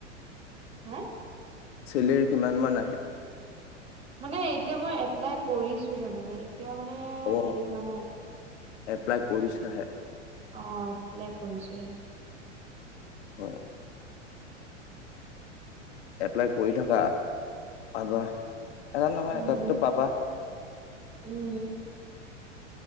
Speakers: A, on the right (about 15°); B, on the left (about 60°).
A: হা?
B: চেলেৰী কিমান মান আহে?
A: মানে এতিয়া মই এপ্লাই কৰিছোহে মানে এতিয়াও মানে
B: অ
A: হেৰি হোৱা নাই।
B: এপ্লাই কৰিছা হে।
A: অ' এপ্লাই কৰিছোহে।
B: অ'। এপ্লাই কৰি থাকা, পাবা। এটা নহয়
A: উম
B: এটাটো পাবা।
A: উম।